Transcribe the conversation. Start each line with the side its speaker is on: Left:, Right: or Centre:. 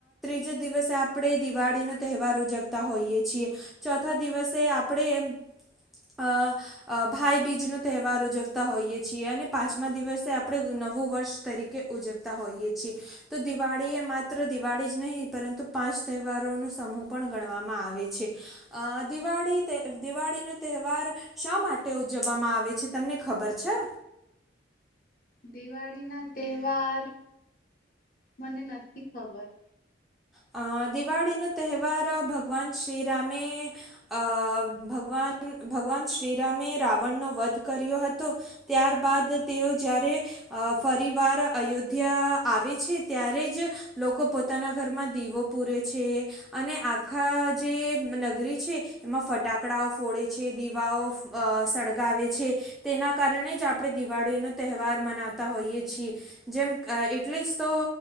Centre: જ દિવસે આપણે દિવાળી નો તહેવાર ઉજવતા હોઈએ છીએ, ચોથા દિવસે આપણેે અ ભાઈ બીજ નો તહેવાર ઉજવતા હોઈએ છીએ અને પાંચમા દિવસ. આપણે નવું વર્ષ તરીકે ઉજવતા હોઈએ છીએ તો દિવાળી એ માત્ર દિવાળી જ નહીં. પરંતુ પાંચ તહેવારો ની સમૂહ પણ ગણવામાં આવે છે અ દિવાળી તે દિવા. ળી નો તહેવાર શા માટે ઉજવવામાં આવે છે તમને ખબર છે
Left: દિવાળી ના તહેવાર મને નથી ખબર
Centre: અ દિવાળી નો તહેવાર ભગવાન શ્રીરામે અ ભગવાન ભગવાન શ્રીરામે રાવણ નો વધ કર્યો હતો ત્યાર બાાદ તેઓ જ્યારે અ ફરી વાર અયોધ્યા આવે છે ત્યારે જ લોકો પોતાના ઘરમાં દીવો પુરે છે અને આખા જે નગરી છે એમાં ફટાકડાઓ ફોડ છે દીવાઓ અ સળગાવે છે તેના કારણે જ આપણે દિવાળીનો તહેવાર મ નાવતાં હોઈએ છીએ જેમ અ એટલે જ તો